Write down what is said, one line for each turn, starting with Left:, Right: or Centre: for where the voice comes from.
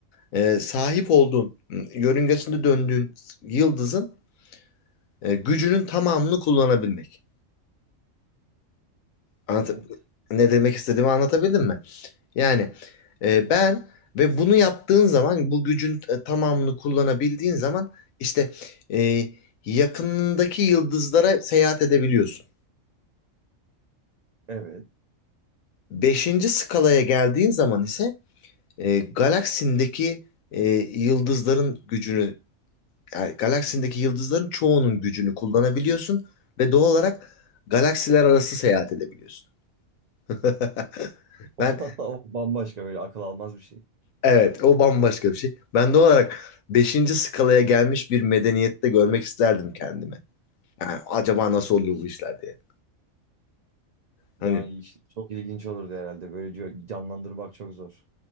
Left: e, sahip olduğun, ıı, yörüngesinde döndüğün yıldızın e, gücünün tamamını kullanabilmek. Anlat
Right: Evet.
Left: ne demek istediğimi anlatabildim mi? Yani e, ben ve bunu yaptığın zaman bu gücün e, tamamını kullanabildiğin zaman işte e, yakındaki yıldızlara seyahat edebiliyorsun.
Right: Evet.
Left: Beşinci skalaya geldiğin zaman ise e, galaksindeki e, yıldızların gücünü yani galaksindeki yıldızların çoğunun gücünü kullanabiliyorsun ve doğal olarak galaksiler arası seyahat edebiliyorsun. <laughs>
Right: <laughs> O
Left: Ben
Right: da- o bambaşka böyle akıl almaz bir şey.
Left: Evet, o bambaşka bir şey. Ben de olarak beşinci skalaya gelmiş bir medeniyette görmek isterdim kendimi. Yani acaba nasıl oluyor bu işler diye. Hani
Right: Yani işte çok ilginç olurdu herhalde. Böyle gö- canlandırmak çok zor.